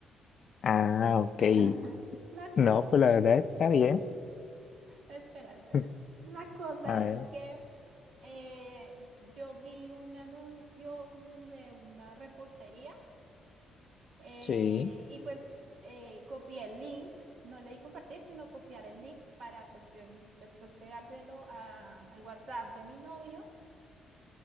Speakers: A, on the left; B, on the right.
A: Ah, ok.
B: <laughs> La
A: No,
B: cosa,
A: pues la verdad está bien.
B: espera, espera.
A: <laughs>
B: La cosa
A: A ver,
B: es que eh, yo vi un anuncio como de una repostería eh,
A: sí,
B: y pues eh, copié el link, no le di compartir, sino copiar el link para pues yo después pegárselo a- al WhatsApp de mi novio